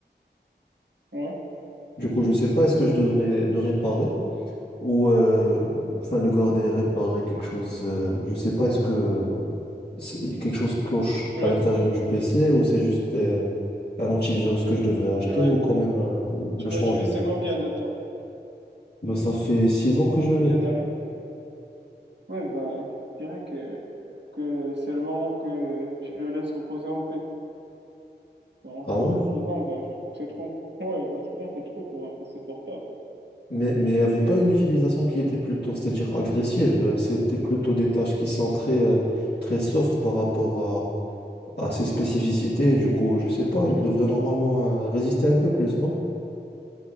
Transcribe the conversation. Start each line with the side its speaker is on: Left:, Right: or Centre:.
Right: Ouais.
Left: Du coup, je ne sais pas, est-ce que je devrais le réparer ou euh, enfin le garder, réparer quelque chose. euh, je ne sais pas, est-ce que C'est- Quelque chose cloche
Right: Tu
Left: à
Right: l'as,
Left: l'intérieur du PC ou c'est juste euh, un antivirus que je devrais acheter
Right: tu l'as,
Left: ou quand même la- le
Right: tu
Left: changer?
Right: l'as utilisé combien de temps?
Left: Ben, ça fait six
Right: Genre
Left: ans
Right: pendant
Left: que je
Right: combien
Left: l'ai.
Right: d'années? Ouais, ben, je dirais que, que c'est le moment que tu le laisses reposer en paix. Donc,
Left: Ah ouais?
Right: euh, six ans, ben, je trouve que c'est trop. Ouais, ben, six ans, c'est trop pour un PC portable.
Left: Mais mais il n'y avait pas une utilisation qui était plutôt, c'est-à-dire agressive. euh, C'était plutôt des tâches qui sont très, euh, très soft par rapport à, à ses spécificités. Du coup, je sais pas, il devrait normalement euh, résister un peu plus, non?